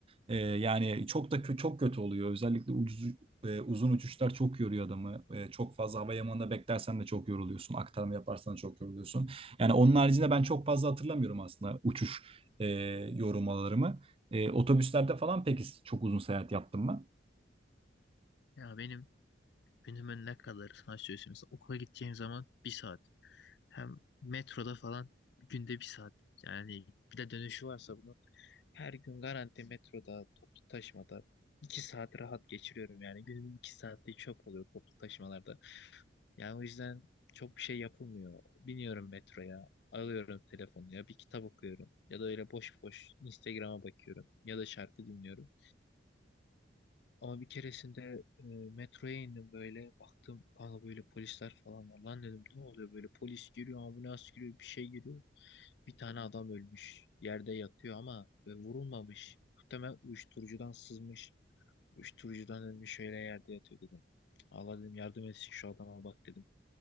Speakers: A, on the right; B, on the left.
A: E, yani çok da kö- çok kötü oluyor. Özellikle ucuz e, uzun uçuşlar çok yoruyor adamı. E, çok fazla hava limanında beklersen de çok yoruluyorsun. Aktarma yaparsan da çok yoruluyorsun. Yani onun haricinde ben çok fazla hatırlamıyorum aslında uçuş e, yorumlarımı. E, otobüslerde falan peki çok uzun seyahat yaptım mı?
B: Ya benim Günümün ne kadarı sana söyleyeyim. Mesela okula gideceğim zaman bir saat. Hem metroda falan günde bir saat. Yani bir de dönüşü varsa bunun her gün garanti metroda, toplu taşımada iki saat rahat geçiriyorum. Yani günümün iki saati çöp oluyor toplu taşımalarda. Yani o yüzden çok bir şey yapılmıyor. Biniyorum metroya, alıyorum telefonu ya bir kitap okuyorum ya da öyle boş boş Instagram'a bakıyorum ya da şarkı dinliyorum. Ama bir keresinde e, metroya indim böyle. Baktım kanka böyle polisler falan var. Lan dedim ne oluyor böyle polis giriyor, ambulans giriyor, bir şey giriyor. Bir tane adam ölmüş. Yerde yatıyor ama e, vurulmamış. Muhtemelen uyuşturucudan sızmış. Uyuşturucudan ölmüş öyle yerde yatıyor dedim. Allah dedim yardım etsin şu adama bak dedim.